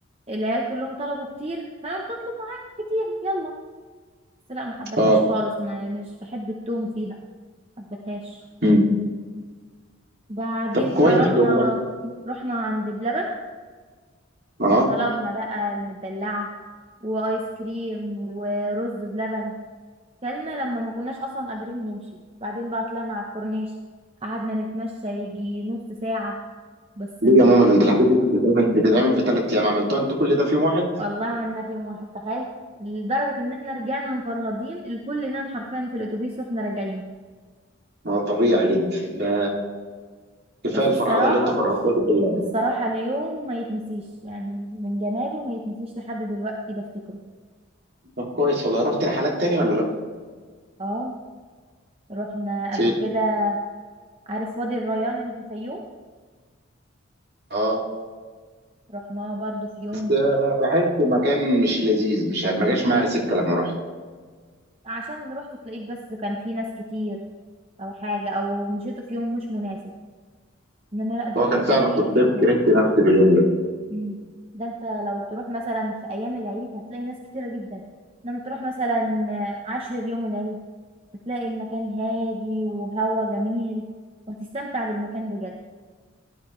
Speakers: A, on the right; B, on the right.
A: العيال كلهم طلبوا كتير فانا قلت اطلب معاهم كتير يلا بس لا ما حبتهاش
B: اه
A: خالص ما مش بحب التوم فيها ما حبتهاش
B: امم
A: بعدين
B: طب كويس
A: رحنا
B: والله
A: رحنا عند بلبن
B: اه
A: طلبنا بقى المدلعة وآيس كريم ورز بلبن كلنا لما ما كناش أصلا قادرين نمشي بعدين بقى طلعنا على الكورنيش قعدنا نتمشى يجي نص ساعة بس
B: ليه
A: ال...
B: يا ماما ده انت الحاجات دي كانت بتتعمل بتتعمل في ثلاث ايام عملتوها انت كل ده في يوم واحد
A: والله عملنا في يوم واحد تخيل لدرجة إن احنا رجعنا مفرهدين الكل نام حرفيا في الأتوبيس واحنا راجعين
B: ما هو طبيعي جدا ده كفايه
A: بس
B: الفرهده
A: الصراحة
B: اللي انت فرهدتوها دي كلها
A: الصراحة اليوم ما يتنسيش يعني من جماله ما يتنسيش لحد دلوقتي بفتكره
B: طب كويس والله رحت رحلات تاني ولا لا؟
A: اه رحنا
B: فين؟
A: قبل كده عارف وادي الريان اللي في الفيوم
B: اه
A: رحناه برضو في يوم
B: بس بحس مكان مش لذيذ مش ما جاش معايا سكه لما رحت
A: عشان رحت تلاقيك بس كان في ناس كتير او حاجة او مشيته في يوم مش مناسب انما لا ده
B: هو
A: هو
B: كان
A: جميل
B: فعلا في الصيف
A: جدا
B: كرهت نفسي في اليوم ده
A: مم. ده انت لو تروح مثلا في ايام العيد هتلاقي ناس كتيرة جدا انما تروح مثلا عاشر يوم العيد هتلاقي المكان هادي وهوا جميل وهتستمتع بالمكان بجد